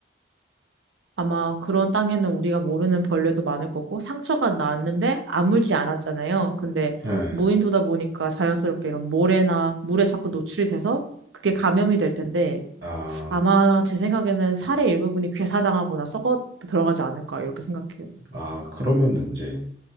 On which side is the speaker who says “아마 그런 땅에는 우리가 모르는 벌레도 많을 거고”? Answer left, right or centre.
Right